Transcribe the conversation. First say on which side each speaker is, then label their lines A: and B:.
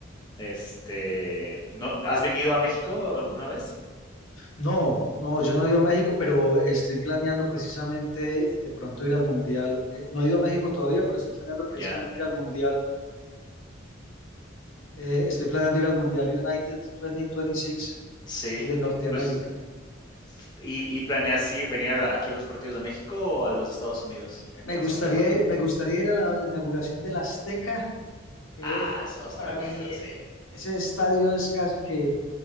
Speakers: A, on the left (about 20°); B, on the left (about 85°).
A: Este, ¿no no has venido a México alguna vez?
B: No, no, yo no he ido a México, pero estoy planeando precisamente de pronto ir al Mundial. Eh, no he ido a México todavía, pero estoy planeando precisamente
A: Ya,
B: ir al Mundial Eh, estoy planeando ir al Mundial United 2026
A: sí.
B: eh, de Norteamérica.
A: Pues, f- ¿y, y planeas ir- venir a la- aquí a los partidos de México o a los de Estados Unidos
B: Eh, Me
A: o los
B: gustaría
A: de Canadá?
B: ir, me gustaría ir a la inauguración del Azteca, que
A: Ah, esa va a
B: para
A: estar buena,
B: mí eh,
A: sí,
B: ese estadio es casi que,